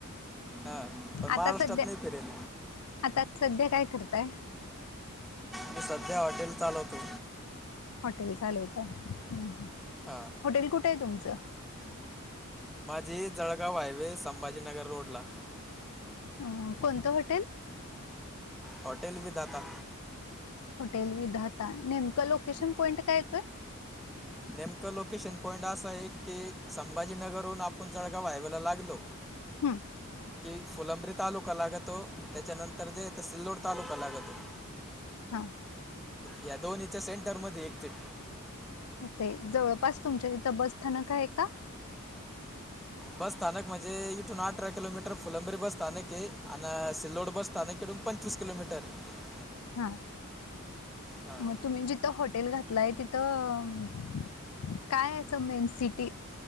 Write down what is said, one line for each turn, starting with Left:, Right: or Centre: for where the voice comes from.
Centre: ह <inaudible> हा पण
Left: आता
Centre: महाराष्ट्रात
Left: सध्या
Centre: नाही फिरेल.
Left: आता सध्या काय करताय?
Centre: मी सध्या हॉटेल चालवतो.
Left: हॉटेल चालवत आहे ह.
Centre: हां.
Left: हॉटेल कुठं आहे तुमचं?
Centre: माझी जळगाव हायवे संभाजीनगर रोड ला.
Left: अ कोणतं hotel?
Centre: Hotel Vidhata.
Left: Hotel Vidhata, नेमकं लोकेशन पॉइंट काय येतोय?
Centre: नेमकं लोकेशन पॉइंट असं आहे की संभाजीनगरहून आपण जळगाव हायवे ला लागलो
Left: हम्म.
Centre: की फुलंब्री तालुका लागतो त्याच्यानंतर जेेत सिल्लोड तालुका लागतो
Left: हां.
Centre: या दोन्हीच्या सेंटरमध्ये एकझिट.
Left: हो ते, जवळपास तुमच्या तिथं बस स्थानक आहे का?
Centre: बस स्थानक म्हणजे, इथून अठरा किलोमीटर फुलंबी बस स्थानक आहे आन सिल्लोड बस साणेकडून पंचवीस किलोमीटर. आहे
Left: हा
Centre: हां
Left: मग तुम्ही जिथं हॉटेल घातलाय तिथं. काय असं मेन सिटी